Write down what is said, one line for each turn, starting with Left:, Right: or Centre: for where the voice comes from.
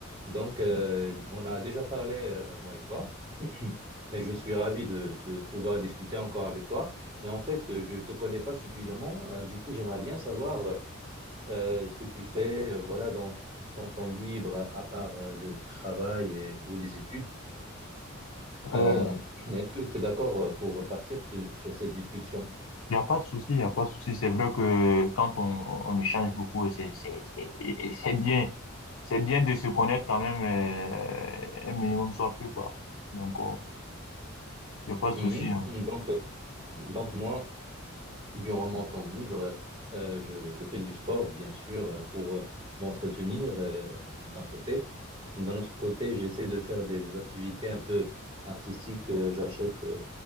Right: Donc, euh, on a déjà parlé, euh, moi et toi, <clears throat> et je suis ravi de, de pouvoir discuter encore avec toi. Mais en fait, euh, je ne te connais pas suffisamment. Euh, du coup, j'aimerais bien savoir euh, euh, ce que tu fais, euh, voilà, dans ton temps libre, à à part euh, le travail et- ou les études.
Left: Il
Right: Euh, <clears throat> est-ce que tu es d'accord euh, pour partir sur, sur cette discussion?
Left: n'y a pas de souci, il n'y a pas de souci. C'est vrai que quand on, on échange beaucoup, c'est, c'est, c'est, c'est bien. C'est bien de se connaître quand même euh, un minimum, soit plus, quoi. Donc, il n'y a pas de
Right: Mhm.
Left: souci. hein.
Right: Donc, euh, donc moi. Durant mon temps libre, euh, je, je fais du sport, bien sûr, euh, pour euh, m'entretenir euh, d'un côté. D'un autre côté, j'essaie de faire des, activités un peu artistiques. Euh, j'achète euh,